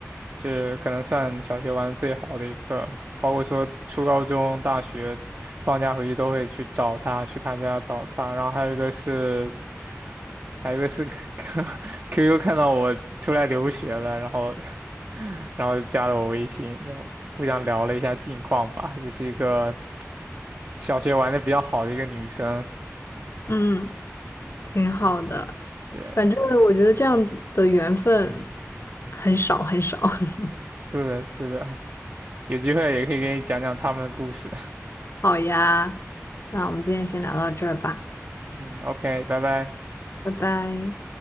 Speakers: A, on the right; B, on the left.
A: 就是可能算小学玩的最好的一个，包括说初高中、大学放假回去都会去找他，去他家找他。然后还有一个是还有一个是 <laughs> QQ 看到我出来留学了，然后然后就加了我微信，然后互相聊了一下近况吧，也是一个小学玩的比较好的一个女生。
B: 嗯，挺好的。
A: 对，
B: 反正我觉得这样子的缘分很少很少。<laughs>
A: 是的，是的，有机会也可以给你讲讲他们的故事。
B: 好呀，那我们今天先聊到这儿吧，
A: 嗯，OK，拜拜。
B: 拜拜。